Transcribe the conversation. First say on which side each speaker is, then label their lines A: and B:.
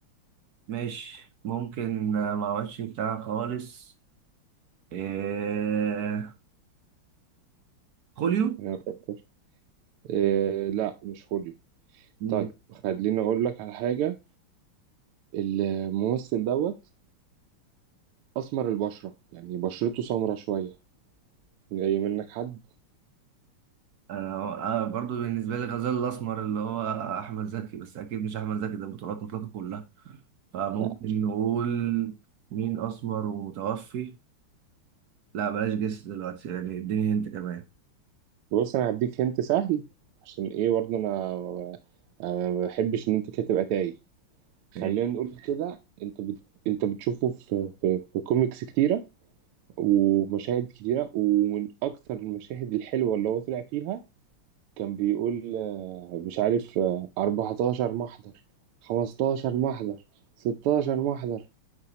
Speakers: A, on the right; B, on the right.
A: ماشي ممكن آه، ما عملش بتاع خالص آه خوليو
B: أنا أفكر. إيه لا مش خوليو
A: مم.
B: طيب خليني اقول لك على حاجة الممثل دوت اسمر البشرة يعني بشرته سمرة شوية جاي منك حد
A: انا أنا برضو بالنسبه لي غزال الاسمر اللي هو احمد زكي بس اكيد مش احمد زكي ده بطولات مطلقه كلها فممكن
B: لا مش
A: نقول مين اسمر ومتوفي لا بلاش جس دلوقتي يعني اديني هنت كمان
B: بص انا هديك هنت سهل عشان ايه برضه انا أنا ما بحبش ان انت كده تبقى تايه خلينا
A: ماشي
B: نقول كده انت بت... انت بتشوفه في في, في كوميكس كتيره ومشاهد كتيره ومن اكتر المشاهد الحلوه اللي هو طلع فيها كان بيقول آه، مش عارف آه، 14 محضر 15 محضر 16 محضر